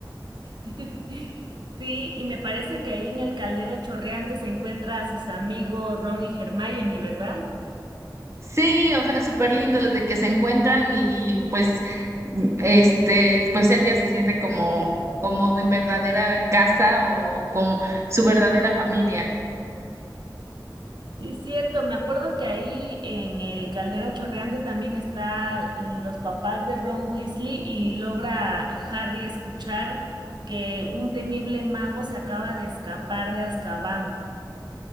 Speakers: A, on the right; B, on the right.
A: <laughs> Sí, y me parece que ahí en el caldero chorreante se encuentra a sus amigos Ron y Hermione, ¿verdad?
B: Sí, o sea, súper lindo desde que se encuentran y pues mm, este, pues él ya se siente como, como en verdadera casa o con su verdadera familia.
A: Sí, es cierto, me acuerdo que ahí en el caldero chorreante también están los papás de Ron Weasley y logra Harry escuchar que un temible mago se acaba de escapar de Azkaban.